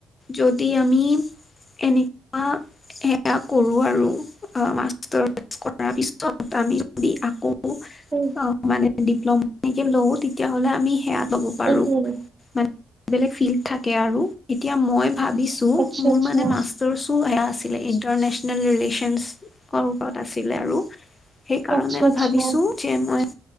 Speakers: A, on the left; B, on the right.
A: যদি আমি এনেকুৱা সেয়া কৰো আৰু মাষ্টাৰছ কৰাৰ পিছ চত আমি যদি আকৌ
B: উম
A: অ মানে ডিপ্ল'মা এনেকে লওঁ তেতিয়াহ'লে আমি সেয়া ল'ব পাৰো
B: উম হম
A: মানে বেলেগ ফিল থাকে আৰু এতিয়া মই ভাবিছো
B: আচ্ছা
A: মোৰ
B: আচ্ছা
A: মানে মাচ জৰসু সেয়া আছিলে ইণ্টাৰনেচনেল ৰিলেচনত ওপৰত আছিলে আৰু সেই কাৰণে
B: আচ্ছা
A: মই
B: আচ্ছা
A: ভাবিছো যে মই